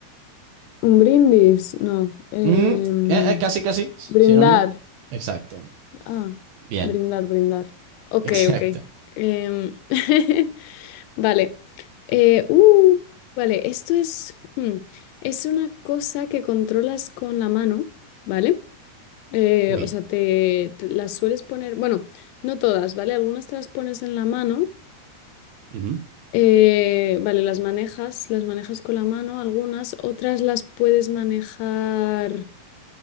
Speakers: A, on the left; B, on the right.
A: un brindis, no. em,
B: Mm, eh, eh, casi, casi.
A: brindar.
B: Sinónimo. Exacto.
A: Ah,
B: Bien.
A: brindar, brindar. Ok,
B: <laughs> Exacto.
A: ok. Em, <laughs> vale. Eh, uh, vale, esto es, hmm, es una cosa que controlas con la mano, ¿vale? Eh,
B: Uy.
A: o sea, te, te las sueles poner, bueno, no todas, ¿vale? Algunas te las pones en la mano
B: ujú.
A: Eh, vale, las manejas, las manejas con la mano, algunas, otras las puedes manejar